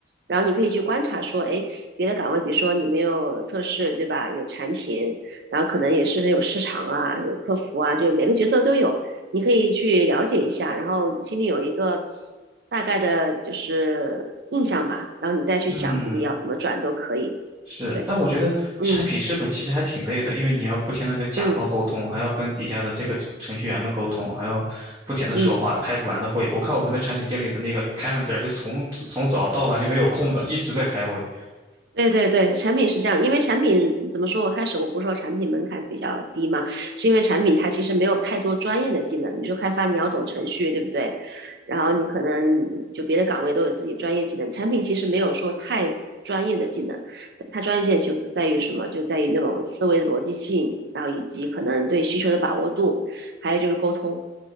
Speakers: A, on the right; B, on the right.
A: 然后你可以去观察说，哎，别的岗位，比如说你没有测试，对吧？有产品，然后可能也是有市场啊，有客服啊，就每个角色都有，你可以去了解一下，然后心里有一个大概的就是印象吧，然后你再去想自己要怎么转都可以。
B: 嗯。是，
A: 对，
B: 但我觉得产品是不是其实还挺累的，
A: 嗯
B: 因为你要不停的跟甲方沟通，
A: 嗯
B: 还要跟底下的这个程序员们沟通，还要不停的说话，
A: 嗯。
B: 开不完的会。我看我们的产品经理的那个 calendar 就从从早到晚就没有空的，一直在开会。
A: 对对对，产品是这样，因为产品怎么说？我开始我不是说产品门槛比较低嘛，是因为产品它其实没有太多专业的技能，你说开发你要懂程序，对不对？然后你可能就别的岗位都有自己专业技能，产品其实没有说太专业的技能，它专业性就在于什么？就在于那种思维的逻辑性，然后以及可能对需求的把握度，还有就是沟通。